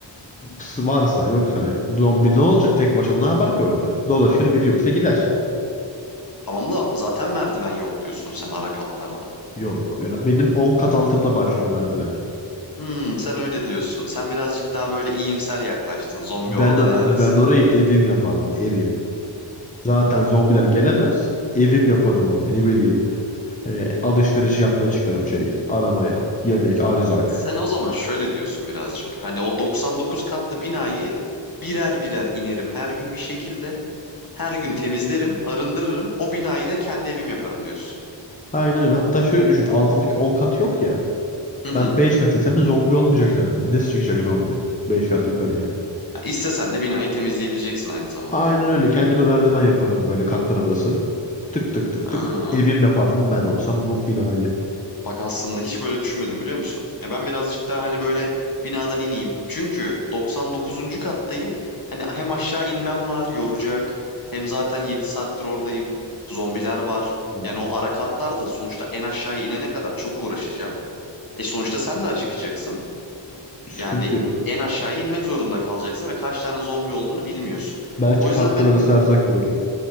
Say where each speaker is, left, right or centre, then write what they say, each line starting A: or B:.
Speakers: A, on the left (about 15°); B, on the left (about 50°).
A: S- Varsa yoksa zombi ne olacak tek başına ne yapar ki orada? Dolaşır biri yoksa gider.
B: Tamam da zaten merdiven yok diyorsun sen ara katlarda.
A: Yok. Yani benim 10 kat altımda başlıyor merdiven.
B: Hmm, sen öyle diyorsun. Sen birazcık daha böyle iyimser yaklaştın. Zombi
A: Ben
B: orada ne arasın?
A: ben orayı evim yapardım evim. Zaten zombiler gelemez. Evim yaparım orayı ne bileyim. E, alışveriş yapmaya çıkarım şey aramaya. Yemek, erzak.
B: Sen o zaman şöyle diyorsun birazcık. Hani o 99 katlı binayı birer birer inerim her gün bir şekilde. Her gün temizlerim, arındırırım. O binayı da kendi evim yaparım diyorsun.
A: Aynen öyle. Hatta şöyle düşün altımdaki 10 kat yok ya.
B: Hı
A: Ben
B: hı.
A: 5 katıysam da zombi olmayacak zaten. Nasıl çıkacak zombi? 5 kat yukarıya.
B: Ya İstesen de binayı temizleyebileceksin aynı zamanda.
A: Aynen öyle. Kendime merdiven yaparım böyle katlar arası. Tık tık tık
B: Ha.
A: tık. Evim yapardım ben olsam bu binayı.
B: Bak aslında hiç böyle düşünmedim biliyor musun? Ya ben birazcık daha hani böyle binadan ineyim. Çünkü 99. kattayım. Hani hem aşağı inmem var yoracak. Hem zaten 7 saattir oradayım. Zombiler var.
A: Hmm,
B: Yani o ara katlar da sonuçta en aşağıya inene kadar çok uğraşacağım. E sonuçta sen de acıkacaksın.
A: Sıkıntı
B: Yani
A: yok.
B: en aşağıya inmek zorunda kalacaksın ve kaç tane zombi olduğunu bilmiyorsun.
A: Belki
B: O yüzden
A: katlar
B: ben
A: arası erzak bulurum.